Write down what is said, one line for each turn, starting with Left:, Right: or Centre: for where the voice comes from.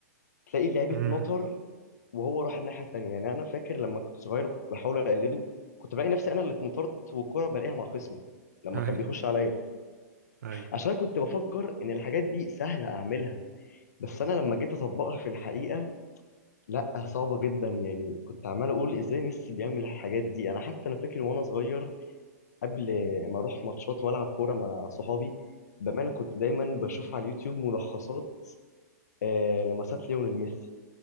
Left: تلاقي اللعيب
Right: امم
Left: اتنطر وهو راح الناحيه التانيه يعني انا فاكر لما كنت صغير وكنت بحاول اقلده كنت بلاقي نفسي انا اللي اتنطرت والكره بلاقيها مع خصمي لما
Right: اي
Left: كان بيخش عليا
Right: اي
Left: عشان أنا كنت بفكر ان الحاجات دي سهله اعملها بس انا لما جيت اطبقها في الحقيقه لا صعبه جدا يعني كنت عمال اقول ازاي ميسي بيعمل الحاجات دي انا حتى انا فاكر وانا صغير قبل ما اروح ماتشات والعب كوره مع صحابي بامانه كنت دايما بشوف على اليوتيوب ملخصات آه لمسات ليونيل ميسي